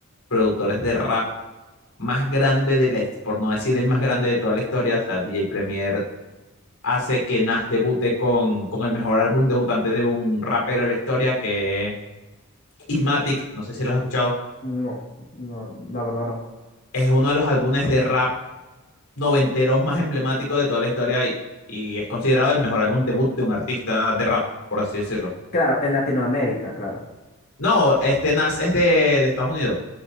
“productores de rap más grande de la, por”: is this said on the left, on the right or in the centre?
Left